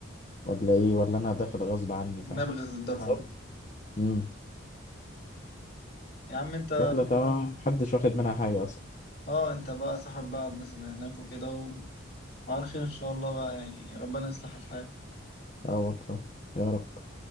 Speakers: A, on the left; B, on the left.
A: ولا ايه ولا انا داخل غصب عني فاهم
B: نبغز الدفعة
A: بالظبط امم
B: يا عم انت
A: يلا تمام محدش واخد منها حاجه اصلا
B: اه انت بقى صاحب بقى الناس اللي هناك وكده و... وعلى خير ان شاء الله بقى يعني ربنا يصلح الحال
A: اه والله يا رب